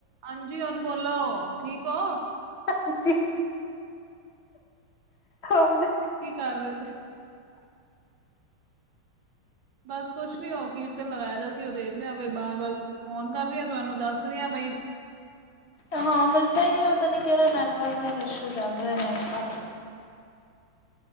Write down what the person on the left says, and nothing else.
ਹਾਂਜੀ, ਹੋਰ?
ਹਾਂ ਮਿਲਦਾ ਹੀ ਨਹੀਂ ਪਤਾ ਨੀ ਕਿਹੜਾ ਨੈਟਵਰਕ ਇਸ਼ੂ ਚੱਲਦਾ ਨੇ ਅੱਜ- ਕੱਲ